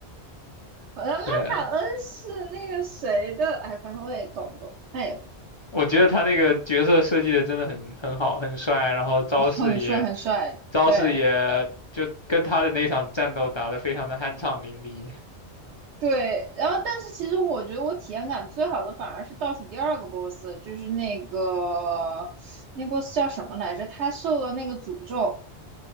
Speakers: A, on the right (about 85°); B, on the left (about 45°).
A: 好像拉塔恩是那个谁的，
B: <laughs> 对，
A: 哎，反正我也搞不懂。哎呦，
B: 我觉得他那个角色设计的真的很很好，很帅，然后招式也。
A: 很帅很帅，
B: 招式也就跟他的那场战斗打得非常的酣畅淋漓
A: 对。对，然后但是其实我觉得我体验感最好的反而是倒数第二个 boss，就是那个那 boss 叫什么来着？他受了那个诅咒。